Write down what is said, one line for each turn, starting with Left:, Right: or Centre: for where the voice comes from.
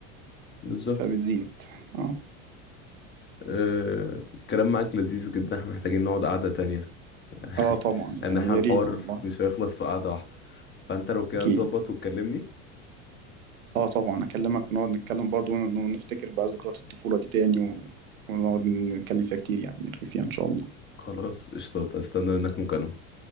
Left: بالظبط
Right: فبتزيد اه
Left: آه، الكلام معاك لذيذ جدا احنا محتاجين نقعد قعده تانية <laughs>
Right: اه طبعا يعني
Left: ان احنا الحوار
Right: يا ريت والله
Left: مش هيخلص في قعده واحده فانت لو كده
Right: اكيد
Left: تظبط وتكلمني
Right: اه طبعا اكلمك ونقعد نتكلم برضه ون- ونفتكر بقى ذكريات الطفولة دي تاني و... ونقعد نتكلم فيها كتير يعني نرغي فيها ان شاء الله
Left: خلاص قشطة استنى منك مكالمه